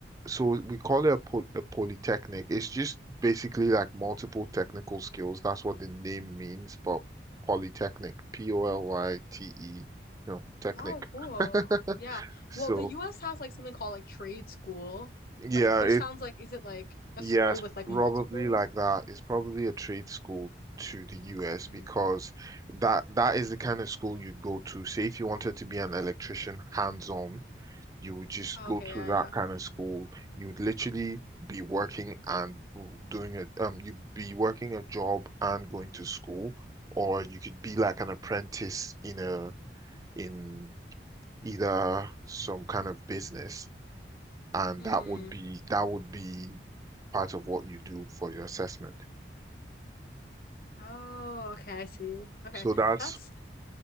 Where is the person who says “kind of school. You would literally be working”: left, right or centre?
Right